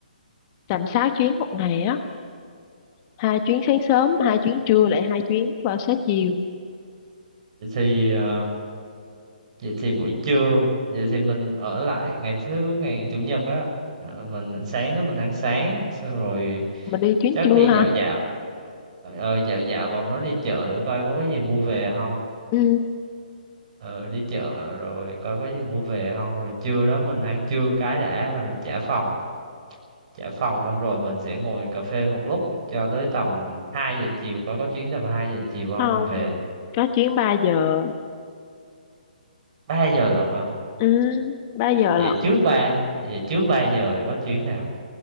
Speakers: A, on the left; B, on the right.
A: tầm 6 chuyến một ngày á hai chuyến sáng sớm hai chuyến trưa lại hai chuyến vào sáng chiều
B: vậy thì ờ, vậy thì buổi trưa vậy thì mình ở lại ngày thứ ngày chủ nhật á ờ, mình sáng đó mình ăn sáng xong rồi
A: mình đi chuyến
B: chắc
A: trưa
B: đi
A: ha
B: dạo dạo Trời ơi dạo dạo vòng nó đi chợ coi có cái gì mua về không
A: ừ,
B: ờ đi chợ rồi coi có gì mua về không rồi trưa đó mình ăn trưa cái đã rồi mình trả phòng trả phòng xong rồi mình sẽ ngồi cà phê một lúc cho tới tầm 2 giờ chiều coi có chuyến tầm 2 giờ chiều không
A: không
B: mình về
A: có chuyến ba giờ
B: ba giờ rồi hả
A: ừ, 3 giờ
B: vậy
A: lận
B: trước ba vậy trước 3 giờ thì có chuyến nào